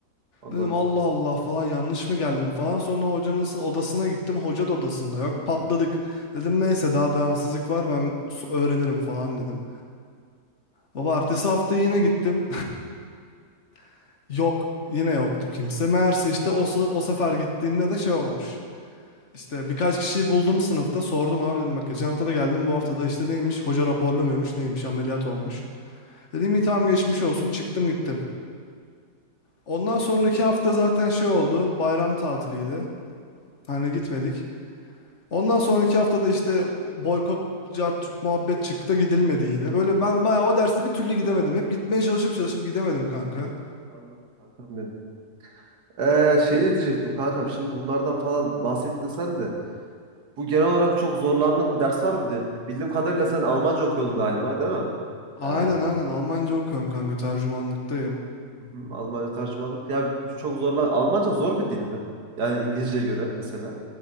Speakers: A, on the right; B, on the left.
A: Anladım.
B: Dedim Allah Allah falan yanlış mı geldim falan. Sonra hocanın sı- odasına gittim. Hoca da odasında yok. Patladık. Dedim neyse daha devamsızlık var ben s- öğrenirim falan dedim. Baba ertesi hafta yine gittim. <laughs> Yok. Yine yoktu kimse. Meğerse işte o, s- o sefer gittiğimde de şey olmuş. İşte birkaç kişiyi buldum sınıfta sordum abi dedim bak geçen hafta da geldim bu hafta da işte neymiş hoca raporlu muymuş neymiş ameliyat olmuş. Dedim iyi tamam geçmiş olsun çıktım gittim. Ondan sonraki hafta zaten şey oldu bayram tatiliydi
A: Hı hı.
B: hani gitmedik. Ondan sonraki hafta da işte boykot cart tut muhabbet çıktı gidilmedi yine. Böyle ben bayağı o dersi bir türlü gidemedim. Hep gitmeye çalışıp çalışıp gidemedim kanka.
A: Anladım kankam benim. Ee, şey diyecektim kankam şimdi bunlardan falan bahsettin sen de. Bu genel olarak çok zorlandığın bir ders var mıydı? Bildiğim kadarıyla sen Almanca okuyordun galiba, değil mi?
B: Aynen
A: Ee, hı
B: aynen Almanca okuyorum kanka tercümanlıktayım.
A: hı, Almanca tercümanlık. Ya çok zorlan. Almanca zor bir dil mi? Yani İngilizceye göre mesela.